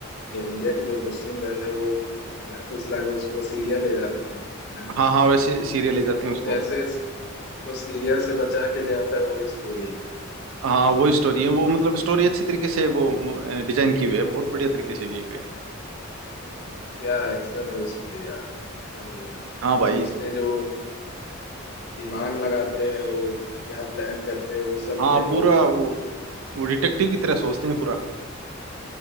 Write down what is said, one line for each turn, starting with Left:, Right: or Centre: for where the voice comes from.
Left: ये इंडिया के जो मुस्लिम गर्ल है वो बहला फुसला के उसको सीरिया ले जाते हैं ना तो
Right: हाँ हाँ वैसे सीरियल ले जाते
Left: वो
Right: हैं उसको
Left: कैसे स- उसको सीरिया से बचा के ले आता है वही स्टोरी है उसपे।
Right: हाँ वो स्टोरी है वो मतलब स्टोरी अच्छी तरीके से वो डिजाइन की हुई है बहुत बढ़िया तरीके से की हुई है
Left: भाई क्या एक्शन है उस पे यार पता नहीं यार
Right: हाँ भाई
Left: उस पे जो दिमाग लगाते हैं वो क्या प्लान करते हैं वो सब
Right: हाँ
Left: मुझे बहुत
Right: पूरा
Left: अच्छा
Right: वो
Left: लगता है
Right: वो डिटेक्टिव की तरह सोचते हैं पूरा